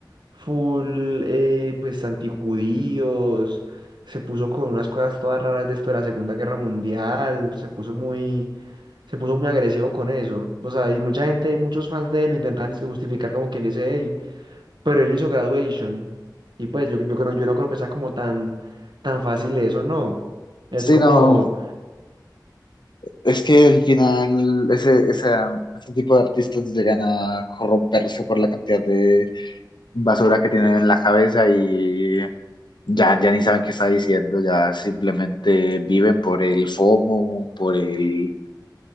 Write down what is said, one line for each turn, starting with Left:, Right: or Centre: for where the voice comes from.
Right: full, eh, pues antijudíos. Se puso con unas cosas todas raras de esto de la Segunda Guerra Mundial. Se puso muy se puso muy agresivo con eso. O sea, y mucha gente, muchos fans de él lo intentan es que justificar como quien dice, hey, pero él hizo graduation. Y pues yo, yo creo, yo no creo que sea como tan, tan fácil eso, no. Es
Left: Sí,
Right: como,
Left: no, Es que al final ese, esa- ese tipo de artistas llegan a corromperse por la cantidad de basura que tienen en la cabeza y ya, ya ni saben qué está diciendo, ya simplemente viven por el FOMO, por el,